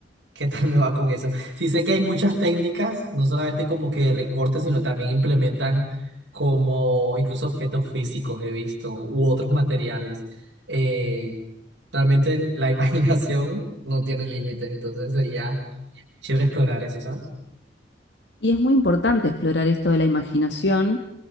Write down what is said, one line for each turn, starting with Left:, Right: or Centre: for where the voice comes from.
Right: ¿Qué tal me va con eso? Sí sé que hay muchas técnicas, no solamente como que recortes, sino también implementan como incluso objetos físicos he visto u otros materiales. Eh, realmente la <laughs> imaginación no tiene límites, entonces sería chévere explorar eso, ¿sabes?
Left: Y es muy importante explorar esto de la imaginación,